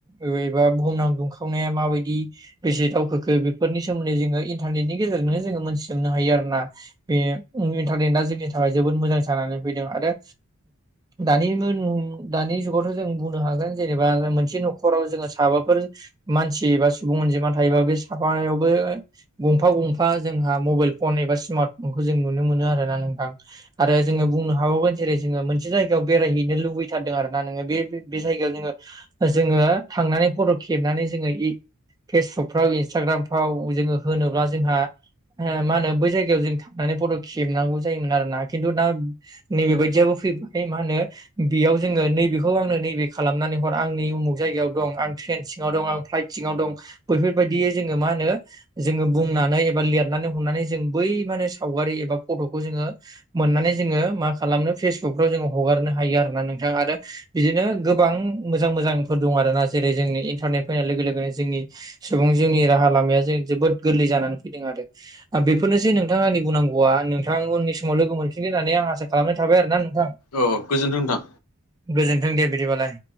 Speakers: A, on the right; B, on the left.
A: अबेबा बुहुमनां दंखा खावनाया माबायदि बेसे दावखोखो बेफोरनि सोमोन्दै जोङो इन्टारनेटनि गेजेरजोंनो जोङो मोनथिजोबनो हायो आरो ना। बे इन्टारनेटआ जोंनि थाखाय जोबोद मोजां जानानै फैदों। आरो दानि ङोनों दानि जुगावथ' जों बुंनो हागोन जेनेबा मोनसे न'खराव जोङो साबाफोर मानसि बा सुबुं अनजिमा थायोबा बे साबायावबो गंफा गंफा जोंहा मबेइल फन एबा स्मार्ट फनखौ जों नुनो मोनो आरोना नोंथां। आरो जोङो बुंनो हाबावगोन जेरै जोङो मोनसे जायगायाव बेरायहैनो लुबैथारदों आरो ना नोङो। बे बे जायगायाव जोङो जोङो थांनानै फट' खेबनानै जोङो इ फेसबुकफ्राव इन्सटाग्रामफ्राव जोङो होनोब्ला जोंहा हो मा होनो बै जायगायाव जों थांनानै फट' खेबनांगौ जायोमोन आरो ना। खिन्थु दा नै बेबादियाबो फैबा य मा होनो बेयाव जोङो नैबेखौ आंनो नैबे खालामनानै हर आं नै उमुख जायगायाव दं आं ट्रेन सि ङाव दं आं प्लाइट सिङाव दं। बैफोरबायदियै जोङो मा होनो जोङो बुंनानै एबा लिरनानै हरनानै जों बै माने सावगारि एबा फट'खौ जोङो मोननानै जोङो मा खालामनो फेसबुक फ्राव जोङो हगारनो हायो आरोना नोंथां। आरो बिदिनो गोबां मोजां मोजां फोर दं आरो ना जेरै जोंनि इन्टारनेट फैनाय लोगो लोगोनो जोंनि सुबुं जिउनि राहा लामाया जों जोबोद गोरलै जानानै फैदों आरो। आ बेफोरनोसै नोंथाङां बुंनांगौआ नोंथां उननि समाव लोगो मोनफिनगोन होननानै आं आसा खालामनाय थाबाय आरो नोंथां।
B: औ गोजोन्थों नोंथां।
A: गोजोन्थों दे बिदिबालाय।